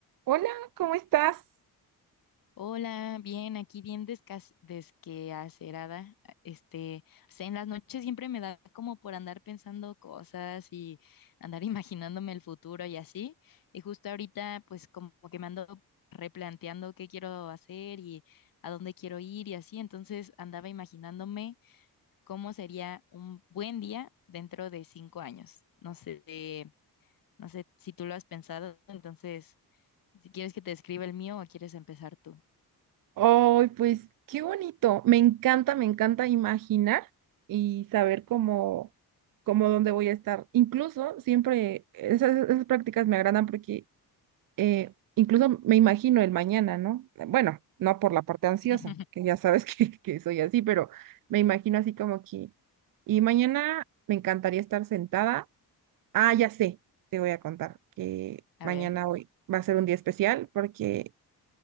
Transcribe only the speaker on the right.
Hola, ¿cómo estás?
Ay, pues qué bonito. Me encanta, me encanta imaginar y saber cómo, cómo dónde voy a estar. Incluso siempre esas, esas prácticas me agradan porque eh, incluso me imagino el mañana, ¿no? Bueno, no por la parte ansiosa,
que ya sabes <laughs> que, que soy así, pero me imagino así como que. Y mañana me encantaría estar sentada. Ah, ya sé, te voy a contar que
mañana
hoy va a ser un día especial porque